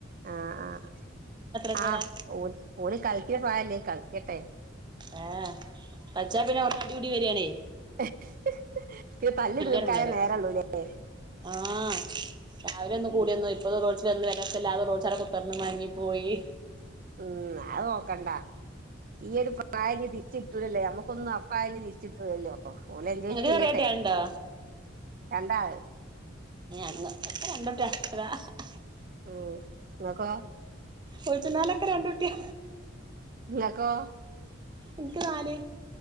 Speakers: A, on the right; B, on the right.
A: ആഹ് ആഹ്
B: കുട്ട്യാളാ
A: ആഹ് ഓ ഓന് കളിക്ക പ്രായല്ലേ കളിക്കട്ടെ
B: ഏഹ് കളിച്ചാ പിന്നെ ഒടെ അടിപടി വരിണേ
A: <unintelligible> തല്ല് തീർക്കാനെ
B: എടങ്ങേറ്
A: നേരള്ളൂല്ലേ
B: ആഹ് രാവിലൊന്ന്
A: ഉം
B: കൂടിയന്ന ഇപ്പറോ വിലല്ലാതെ റോ അട ഉത്തർന്ന് മാങ്ങി പോയി
A: ഉം അത് നോക്കണ്ടാ ഈയ ഒരു പ്രായന് തിരിച്ച്ട്ടൂലല്ലേ നമുക്കൊന്നും നഷ്‌ട്ടായ തിരിച്ചിട്ടൂല്ലോ ഓ ഓലെന്തേലും
B: ഇങ്ങക്ക്
A: ചെയ്യട്ടെ
B: ചെറിയട്ട്യാള്ണ്ടോ
A: രണ്ടാ
B: ന്ന് ഒപ്പ രണ്ടോട്ട <unintelligible>
A: ഉം നിങ്ങക്കോ
B: കുച്ച നാലെക്ക രാണ്ണ്ട്രുട്ടിയ
A: നിങ്ങക്കൊ
B: എനിക്ക് നാല്